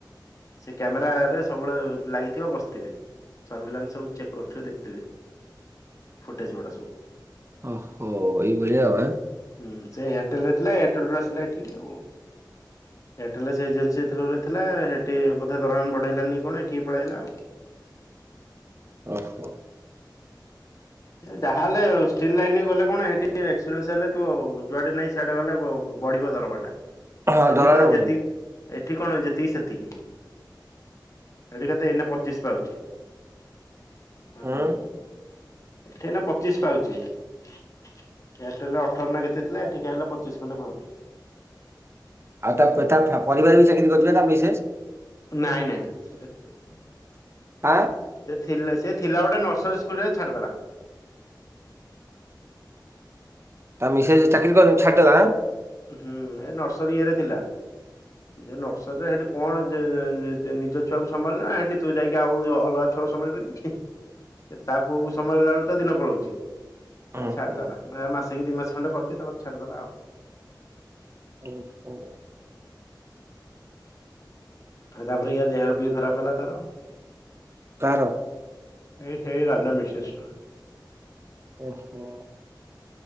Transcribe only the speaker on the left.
ସେ କ୍ୟାମେରା ରେ ସବୁବେଳେ ଲାଗିଥିବ ବସିଥିବେ ସର୍ଭିଲାନ୍ସ ସବୁ ଚେକ୍ କରୁଥିବେ ଦେଖୁଥିବେ, ଫୁଟେଜ ଗୁଡା ସବୁ।
ହୁଁ ସେ ଏୟାରଟେଲ ରେ ଥିଲା ଏୟାରଟେଲ ରୁ ଆସିଲା ଏଠିକି ଆଉ।
ଏୟାରଟେଲ ରେ ସେ ଏଜେନ୍ସି ଥ୍ରୋ ରେ ଥିଲା, ସେଠି ବୋଧେ ଦରମା ବଢେଇଲାନି କି କଣ ଏଠିକି ପଳେଇଲା ଆଉ।
ଯାହାହେଲେ ଷ୍ଟିଲ୍ ଲାଇନ ଗଲେ କଣ ସେଠି ଟିକେ ଏକ୍ସପିରିଏନ୍ସ ହେଲେ ତୁ ଯୁଆଡେ ନାଇ ସିଆଡେ ଗଲେ ବ ବଢ଼ିବ ଦରମାଟା।
ସେଠି
କଣ ଯେତିକି
ଏଠି କଣ ଯେତିକି ସେତିକି। ଏଠ କେତେ ଏଇନା ପଚିଶ ପାଉଛି। ଆଉ
ଏଠି ଏନା ପଚିଶ ପାଉଚି। ଏୟାରଟେଲରେ ଅଠର ନା କେତେ ଥିଲା ଏଠିକି ଆଇଲା ପଚିଶ ଖଣ୍ଡେ ପାଉଛି।
ନାଇଁ ନାଇଁଁ ସେ ଚାକିରୀ କରି ନାହାଁନ୍ତି।
ଥିଲେ ସେ ଥିଲା ଗୋଟେ ନର୍ସରୀ ସ୍କୁଲରେ ଛାଡ଼ିଦେଲା।
ହୁଁ ଏ ନର୍ସରୀ ଇଏରେ ଥିଲା। ଯେ ନର୍ସରୀରେ ସେଠି କଣ ଯେ ନିଜ ଛୁଆକୁ ସମ୍ଭାଳିଲା, ସେଠି ତୁ ଯାଇକି ଆଉ ଅଲଗା ଛୁ ଆକୁ ସବୁ ସମ୍ଭାଳି ପାରିବୁ କି, ତା ପୁଅକୁ ସମ୍ଭାଳିଲା ବେଳୁକ ତ ଦିନ ପଳଉଚି। ଆ
ଛାଡିଦେଲା ମାସେ କି ଦି ମାସ ଖଣ୍ଡେ କରଚି ତାପରେ ଛାଡିଦେଲା ଆଉ।
ଆଉ ତାପରେ ଇଆ ଦେହକୁ ବି ଖରାପ ହେଲା ତାର।
ଏଇ ହେଇ ରାଧା ମିଶେଶର।